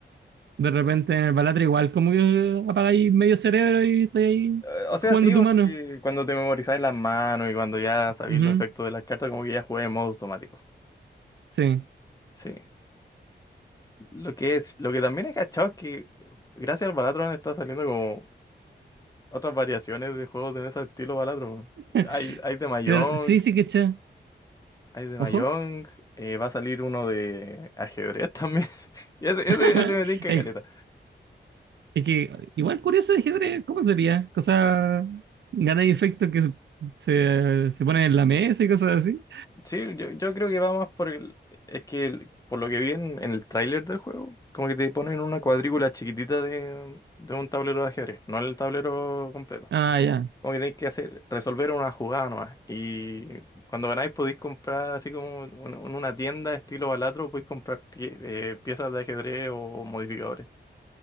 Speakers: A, on the right (about 75°); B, on the left (about 20°).
A: De repente en el Balatro igual como que apagáis medio cerebro y estáis ahí
B: Eh, O sea,
A: jugando
B: sí,
A: tu
B: porque
A: mano.
B: cuando te memorizáis las manos y cuando ya sabéis
A: Ujú,
B: los efectos de las cartas, como que ya juegas en modo automático.
A: Sí.
B: Sí. Lo que es, lo que también he cachado es que gracias al Balatro han estado saliendo como otras variaciones de juegos de ese estilo Balatro.
A: <laughs>
B: Hay, hay de Mahjong,
A: Claro, sí, sí, caché.
B: hay de Mahjong,
A: Ojo.
B: eh, va a salir uno de ajedrez también. <laughs> Y ese,
A: <laughs>
B: ese, ese me tinca
A: Es
B: caleta.
A: Es que igual curioso de ajedrez, ¿cómo sería? Cosa, gana y efecto que se, se, se ponen en la mesa y cosas así.
B: Sí, yo, yo creo que va más por el... Es que el- por lo que vi en, en el tráiler del juego, como que te ponen una cuadrícula chiquitita de, de un tablero de ajedrez, no el tablero completo.
A: Ah, ya.
B: Como que tenéis que hacer, resolver una jugada nomás. Y cuando ganáis podéis comprar, así como en en una tienda estilo Balatro, podéis comprar pie- eh, piezas de ajedrez o modificadores.